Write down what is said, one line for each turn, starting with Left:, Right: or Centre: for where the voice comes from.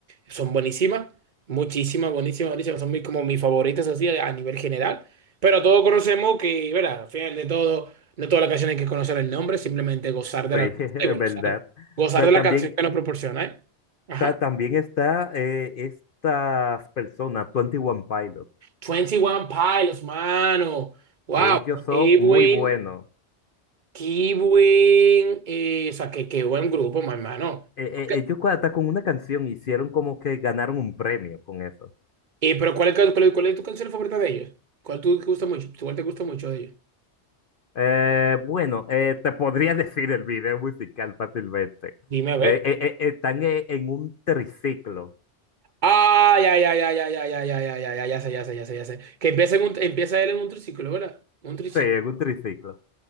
Right: son buenísimas, muchísimas, buenísimas, buenísimas, son muy, como mis favoritas así a, a nivel general, pero todos conocemos que, ¿verdad? Al final de todo, no todas las canciones hay que conocer el nombre, simplemente gozar de
Left: Sí,
Right: la
Left: <laughs> es
Right: y gozar,
Left: verdad.
Right: gozar
Left: Pero
Right: de la
Left: también,
Right: canción que nos proporciona, ¿eh? Ajá.
Left: ta- también está eh, estas personas, 21 Pilot.
Right: 21 Pilots, mano. Wow,
Left: Ellos
Right: pero
Left: son
Right: qué
Left: muy
Right: buen,
Left: buenos.
Right: qué buen, eh, o sea, qué, qué buen grupo, mi hermano.
Left: Eh, eh,
Right: Ok.
Left: ellos con- hasta con una canción hicieron como que ganaron un premio con eso.
Right: Eh, pero ¿cuál es, cuál, cuál es tu canción favorita de ellos? ¿Cuál tú te gusta mucho? ¿Cuál te gusta mucho de ellos?
Left: Eh, bueno, eh, te podría <laughs> decir el video musical fácilmente.
Right: Dime a ver.
Left: Eh, eh, eh, están eh, en un triciclo.
Right: Ay, ay, ay, ay, ay, ay, ay, ay, ay, ay, ay, ya sé, ya sé, ya sé, ya sé. Que empieza, en un- empieza él en un triciclo, ¿verdad? Un triciclo.
Left: Sí, en un triciclo.